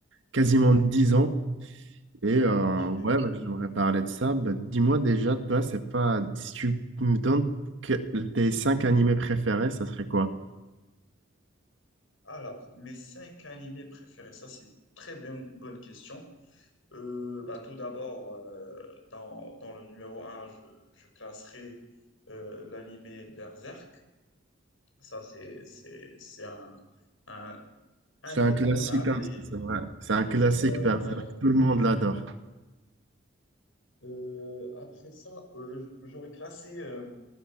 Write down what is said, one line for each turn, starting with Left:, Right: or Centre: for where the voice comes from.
Right: quasiment 10 ans. Et euh,
Left: Ok.
Right: ouais, bah, j'aimerais parler de ça. Bah, dis-moi déjà, toi, c'est pas. Si tu me donnes que- tes 5 animés préférés, ça serait quoi?
Left: Alors, mes cinq animés préférés, ça c'est une très bonne, bonne question. Euh, bah, tout d'abord, euh, dans, dans le numéro un, je, je classerai euh, l'animé Berserk. Ça, c'est c'est- c'est un, un indétrônable
Right: C'est un classique, hein,
Left: et
Right: c'est vrai. C'est un classique,
Left: ouais,
Right: Berserk.
Left: voilà.
Right: Tout le monde l'adore.
Left: Euh, après ça, euh, j- j'aurais classé, euh,